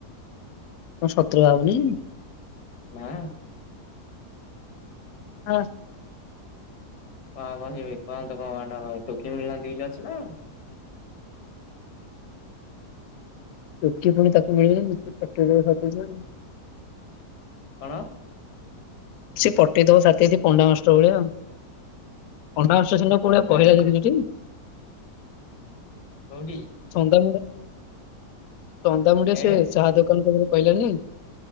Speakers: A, on the left; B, on the left.
A: କଣ ସତରେ ବାହା ହବନି
B: ନାଁ
A: ହାସ
B: କଣ ହବନି ବେ କଣ କଣ ଗୋଟେ <unintelligible> ଟୋକି ମିଳୁନାହାନ୍ତି ବୋଲି ଅଛି ନା
A: ଟୋକି ପୁଣି ତାକୁ ମିଳିବେନି <unintelligible>
B: ହଁ
A: ସିଏ ପଟେଇଦବ ସତ୍ୟାଜିତ୍ ପଣ୍ଡା ମାଷ୍ଟର ଭଳିଆ ଆଉ ପଣ୍ଡା ମାଷ୍ଟର ସେଦିନ
B: ପଣ୍ଡା
A: କୋଉ ଭଳିଆ କହିଲା ଦେଖିଚୁ ଟି?
B: କୋଉଠି?
A: <inaudible> ଚନ୍ଦା ମୁଣ୍ଡ ଚନ୍ଦା ମୁଣ୍ଡିଆ
B: ଏ
A: ସେ ଚାହା ଦୋକାନ ପାଖ କଇଲାନି